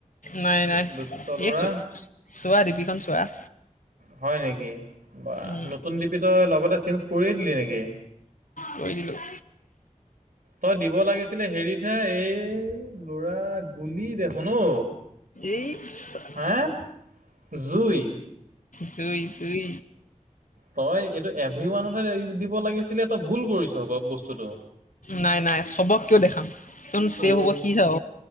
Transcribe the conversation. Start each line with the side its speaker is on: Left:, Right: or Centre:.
Left: নাই-নাই
Right: দুষ্ট ল'ৰা
Left: এই চোৱা দিপিখন চোৱা।
Right: হয় নেকি বা
Left: উম,
Right: নতুন ডিপি তই লগতে চেঞ্জ কৰিয়েই দিলি নেকি?
Left: কৰি দিলো।
Right: তই দিব লাগিছিলে হেৰিতহে এই ল'ৰা গুলি দেখোন ও।
Left: এই <unintelligible>
Right: হাঁ জুই।
Left: জুই-জুই।
Right: তই এইটো এভৰিৱানত হে দিব লাগিছিলে তই ভুল কৰিছ আক বস্তুতটো।
Left: নাই নাই চবক কিয় দেখাম যোন চেভ
Right: অ
Left: হ'ব সি চাব।